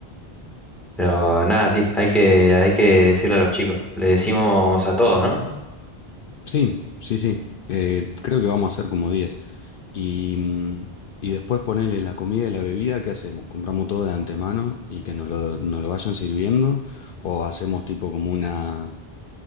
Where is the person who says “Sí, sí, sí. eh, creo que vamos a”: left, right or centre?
Left